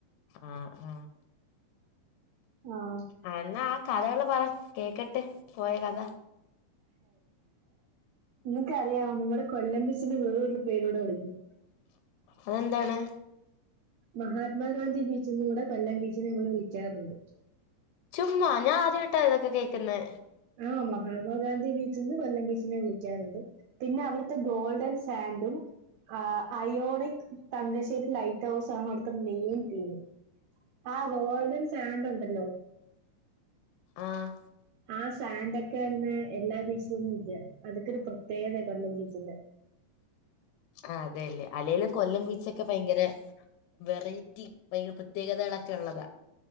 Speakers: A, on the left; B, on the right.
A: ആഹ് ആഹ്
B: ആഹ്
A: ആഹ് എന്നാ ആഹ് കഥകള് പറ കേക്കട്ട് പോയ കഥ
B: നിങ്ങക്കറിയാമോ നമ്മടെ കൊല്ലം ബീച്ചിന വേറൊരു പേരൂടെ വിളിക്കും
A: അതെന്താണ്
B: മഹാത്മാഗാന്ധി ബീച്ചെന്ന്കൂടെ കൊല്ലം ബീച്ചിനെ ഞമ്മൾ വിളിക്കാറുണ്ട്
A: ചുമ്മാ ഞാൻ ആദ്യായിട്ടാ ഇതൊക്കെ കേക്കുന്നേ
B: ആഹ് മഹാത്മാഗാന്ധി ബീച്ചന്ന് കൊല്ലം ബീച്ചിനെ വിളിക്കാറുണ്ട് പിന്നെ അവിടുത്തെ ഗോൾഡൻ സാൻഡും ആഹ് അയോണിക് തങ്കശ്ശേരി ലൈറ്റ് ഹൗസും ആണ് അവിടുത്തെ മെയിൻ തീമ് ആഹ് ഗോൾഡൻ സാൻന്റൊണ്ടല്ലോ
A: ആഹ്
B: ആഹ് സാൻഡൊക്കെ അങ്ങനെ എല്ലാ ബീച്ചിലൊന്നും ഇല്ല അതൊക്കൊരു പ്രത്യേകതയ കൊല്ലം ബീച്ചിന്റെ
A: ആഹ് അതേല്ലേ അല്ലേലും കൊല്ലം ബീച്ചൊക്കെ ഭയങ്കര വെറൈറ്റി ഭയങ്കര പ്രത്യേകതകളൊക്കെ ഒള്ളതാ